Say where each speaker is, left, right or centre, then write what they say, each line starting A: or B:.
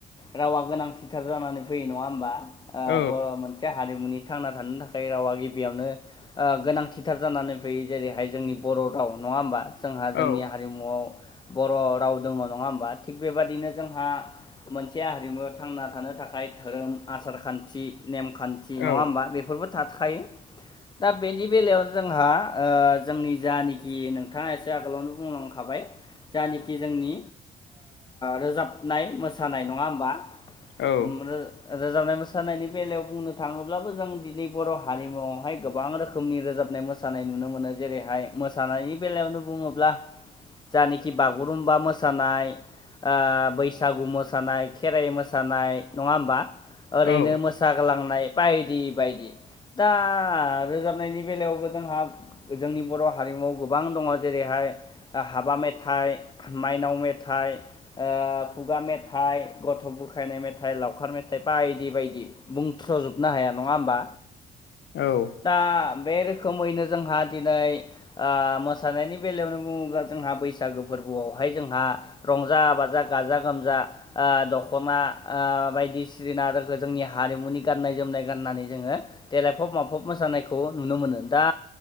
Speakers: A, on the left; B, on the left.
A: रावा गोनांथिथार जानानै फैयो नङा होमबा ओ
B: औ
A: बर' मोनसे बे हारिमुनि थांना थानो थाखाय रावा गिबियावनो ओ गोनांथिथार जानानै फैयो जेरैहाय जोंनि बर' राव नङा होमबा जोंहा
B: औ
A: जोंनि हारिमुआव बर' राव दङ नङा होमबा थिग बेबादिनो जोंहा मोनसे हारिमु थांना थानो थाखाय धोरोम आसार खान्थि नेमखान्थि
B: औ
A: नङा होमबा बेफोरबो थाखायो दा बेनि बेलायाव जोंहा ओ जोंनि जानखि नोंथाङा एसे आगोलावनो बुंलांखाबाय जानेखि जोंनि रोजाबनाय मोसानाय नङा होमबा
B: औ
A: ओम रो रोजाबनाय मोसानायनि बेलायाव बुंनो थाङोब्लाबो जों दिनै बर' हारिमुआवहाय गोबां रोखोमनि रोजाबनाय मोसा नाय नुनो मोनो जेरैहाय मोसानायनि बेलायावनो बुङोब्ला जानाखि बागुरुम्बा मोसानाय ओ बैसागु मोसानाय खेराइ मोसानाय नङा होमबा ओरैनो
B: औ
A: मोस सागोलांनाय बायदि बायदि। दा रोजाबनायनि बेलायावबो जोंहा जोंनि बर' हारिमुआव गोबां दङ जेरैहाय ओ हाबा मे थाइ माइनाव मेथाइ ओ खुगा मे मेथाइ गथ' बुरखायनाय मेथाइ लावखार मेथाइ बायदि बायदि। बुंथ्र'जोबनो हाया नङा होमबा।
B: औ
A: दा बे रोखोमैनो जोंहा दिनै ओ मोसानायनि बेलायावनो बुङोब्ला जोंहा बैसागो फोरबोआवहाय जोंहा रंजा बाजा गाजा गोमजा ओ दख'ना ओ बायदिसि <unintelligible> जोंनि हारिमुनि गाननाय जोमनाय गान्नानै जोङो देलायफब माफब मोसानायखौ नुनो मोनो दा